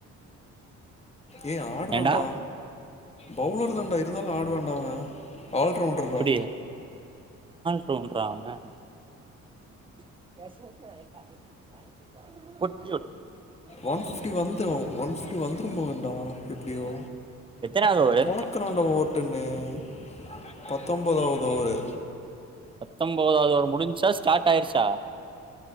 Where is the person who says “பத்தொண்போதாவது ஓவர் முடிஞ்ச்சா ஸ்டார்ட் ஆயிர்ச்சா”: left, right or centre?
Right